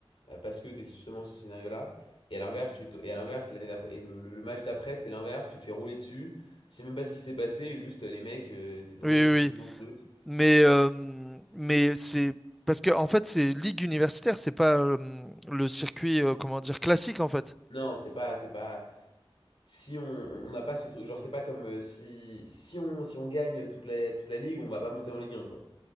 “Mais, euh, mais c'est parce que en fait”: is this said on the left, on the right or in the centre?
Centre